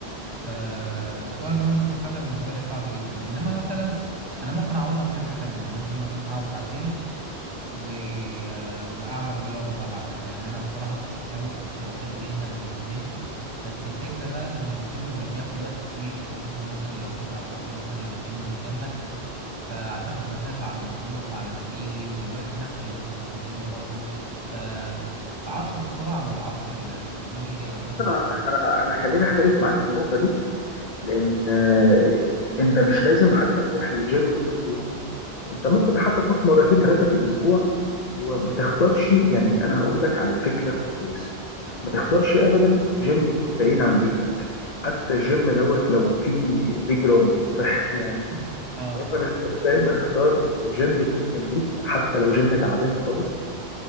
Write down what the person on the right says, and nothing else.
فموضوع اللي هو نص ساعة ده بالنسبة لي صعب جدا إنما مثلا أنا ممكن أعوضها من ناحية تانية يعني ممكن مثلا أقعد ساعتين و... آه، واعمل رياضه بقى بعدها يعني انا الصراحه كنت في الاول كنت بحب جدا اروح الجيم بس الفكره بقى ان الجيم بقى بياخد وقت كتير خصوصا مثلا لو كنت هتروح له مثلا لو الجيم مش جنبك فهتاخد مسافه على ما تروح وعلى ما تيجي والوقت نفسه اللي بتقضيه في الجيم برضه ف في عصر السرعه والعصر التكنولوجيا او مثلا
<laughs> اه